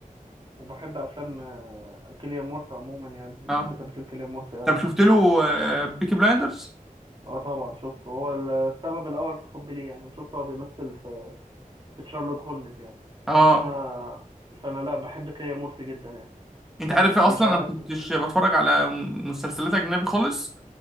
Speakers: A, on the right (about 35°); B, in the centre.
A: وبحب افلام آه، كيليان مورفي عموما يعني بحب
B: اه
A: تمثيل كيليان مورفي قوي
B: طب شفت له آه، بيكي بلايندرز
A: اه طبعا شفته هو السبب الاول في حبي ليه يعني وشفته هو بيمثل في تشارلوك هولمز يعني
B: اه
A: فانا فانا لا بحب كيليان مورفي جدا يعني
B: انت عارف
A: بس
B: ايه اصلا
A: مش عارف
B: انا كنتش بتفرج على مسلسلات اجنبي خالص